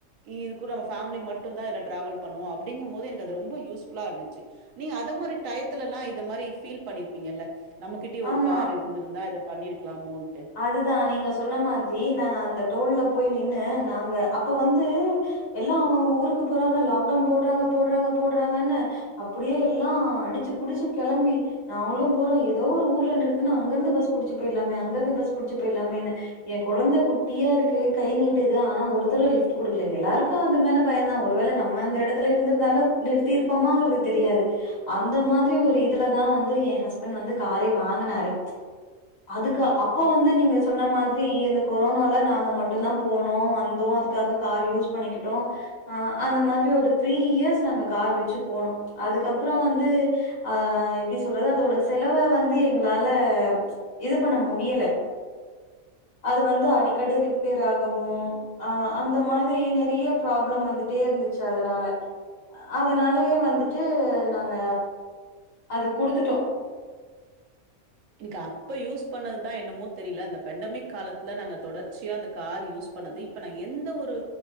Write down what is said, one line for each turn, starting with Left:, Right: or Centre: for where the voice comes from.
Right: இ இது கூட நம்ம ஃபேமிலி மட்டுந்தா டிராவல் பண்ணுவோ அப்டிங்கம்போது எனக்கு அது ரொம்ப யூஸ் ஃபுலா இருந்துச்சு நீங் அத மாரி டயத்துலலா இத மாரி ஃபீல் பண்ணிருப்பீங்கல்ல நம்மகிட்டியு ஒரு
Left: ஆமா
Right: கார் இருந்துருந்தா இத பண்ணிருக்லாமோன்ட்டு
Left: அதுதா நீங்க சொன்ன மாதிரி நாங்க அந்த டோல்ல போய் நின்னு நாங்க அப்போ வந்து எல்லா அவுங்கவுங்க ஊருக்கு போறாங்க லாக்டவுன் போட்றாங்க போட்றாங்க போட்றாங்கன்னு அப்டியே எல்லா அடிச்சு புடிச்சு கெளம்பி நாங்குளு போறோ எதோ ஒரு ஊர்ல நிறுத்துனா அங்கருந்து பஸ் புடிச்சு போயிட்லாமே அங்கருந்து பஸ் புடிச்சு போயிட்லாமேன்னு ஏன் கொழந்த குட்டியா இருக்கு கை நீட்டுது ஆனா ஒருத்தரு லிஃப்ட் குடுக்குல எல்லாருக்கு அது மேல பயந்தா ஒருவேள நம் நம்ம அந்த எ டத்துல இருந்துருந்தாலு நிறுத்திருப்பமாங்றது தெரியாது அந்த மாதிரி ஒரு இதுலதா வந்து ஏன் ஹஸ்பண்ட் வந்து காரே வாங்குனாரு அதுக்க அப் அப்ப வந்து நீங்க சொன்ன மாதிரி இந்த கொரோனால நாங்க மட்டுந்தா போனோ வந்தோ அதுக்காக கார் யூஸ் பண்ணிக்கிட்டோ அ அந்த மாதிரி ஒரு த்ரீ இயர்ஸ் நாங்க கார் வச்சு போனோ அதுக்கப்றோ வந்து ஆ எப்டி சொல்றது அதோட செலவ வந்து எங்ளால இது பண்ண முடியல அது வந்து அடிக்கடி ரிப்பேர் ஆகவு ஆ அந்த மாதிரி நெறைய ப்ராப்ளம் வந்துட்டே இருந்துச்சு அதனால அதனாலயே வந்துட்டு நாங்க அத குடுத்துட்டோ
Right: எனுக்கு அப்ப யூஸ் பண்ணதுதா என்னமோ தெரில அந்த பெண்டமிக் காலத்துல நாங்க தொடர்ச்சியா அந்த கார் யூஸ் பண்ணது இப் இப்ப நா எந்த ஒரு